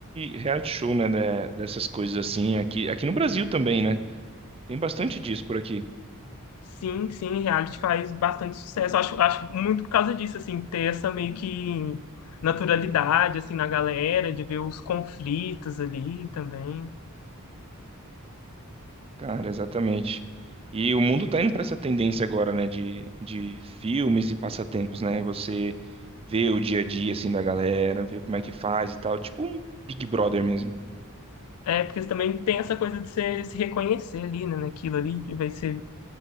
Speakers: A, on the right; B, on the left.
A: reality show, né, de- dessas coisas assim, aqui, aqui no Brasil também, né? Tem bastante disso por aqui.
B: Sim, sim, reality faz bastante sucesso. Acho, acho muito por causa disso, assim, ter essa meio que naturalidade, assim, na galera, de ver os conflitos ali também.
A: Cara, exatamente. E o mundo tá indo pra essa tendência agora, né, de, de filmes e passatempos, né? Você vê o dia a dia, assim, da galera, vê como é que faz e tal. Tipo um Big Brother mesmo.
B: É, porque também tem essa coisa de você se reconhecer ali, né, naquilo ali, que vai ser